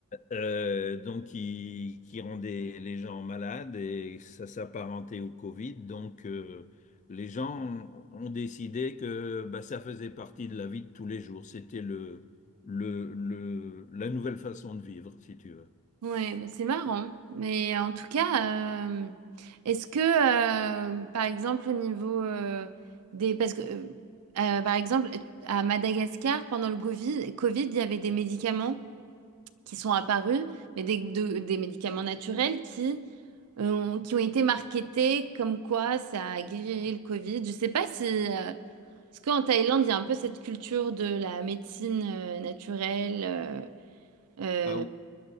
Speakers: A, on the left; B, on the right.
A: euh, donc qui, qui rendait les gens malades et ça s'apparentait au Covid. Donc euh, les gens ont, ont décidé que bah, ça faisait partie de la vie de tous les jours. C'était le, le, le, la nouvelle façon de vivre, si tu veux.
B: Ouais, bah, c'est marrant. Mais en tout cas, euh, est-ce que, euh, par exemple, au niveau euh, des... Parce que, euh, euh, par exemple, à Madagascar, pendant le Govi- Covid, il y avait des médicaments qui sont apparus, mais des, de- des médicaments naturels qui, euh, ont, qui ont été marketés comme quoi ça guérirait le Covid. Je sais pas si... euh, parce qu'en Thaïlande, il y a un peu cette culture de la médecine euh, naturelle euh, euh,
A: Ah, ou-